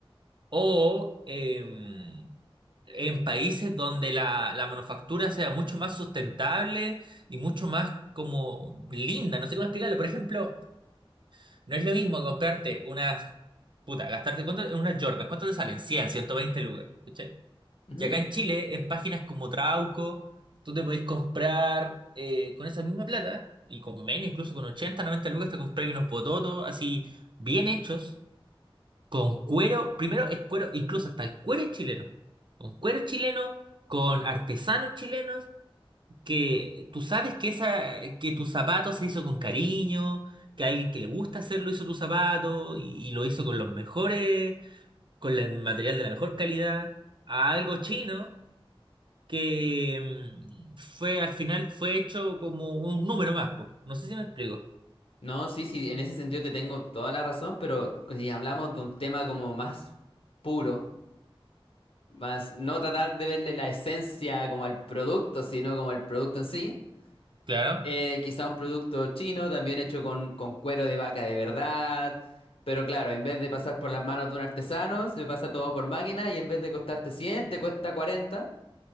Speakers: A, on the right; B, on the left.
A: o em, en países donde la, la manufactura sea mucho más sustentable y mucho más como linda, no sé cómo explicarlo. Por ejemplo, no es lo mismo comprarte unas, puta, gastarte cuánto en unas Jordan, ¿cuánto te salen? 100, 120 lucas, ¿cachai?
B: Ujú.
A: Y acá en Chile, en páginas como Trauco, tú te podés comprar eh, con esa misma plata y con menos, incluso con 80, 90 lucas, te compras unos pototos así bien hechos con cuero, primero es cuero, incluso hasta el cuero es chileno, con cuero chileno, con artesanos chilenos, que tú sabes que, esa, que tu zapato se hizo con cariño, que alguien que le gusta hacerlo hizo tu zapato y, y lo hizo con los mejores, con la- el material de la mejor calidad, a algo chino que mm, fue al final fue hecho como un número más, po. No sé si me explico.
B: No, sí, sí, en ese sentido te tengo toda la razón, pero si hablamos de un tema como más puro, más no tratar de verle la esencia como al producto, sino como el producto en sí,
A: Claro,
B: Eh, quizá un producto chino, también hecho con, con cuero de vaca de verdad. Pero claro, en vez de pasar por las manos de un artesano, se pasa todo por máquina y en vez de costarte 100 te cuesta cuarenta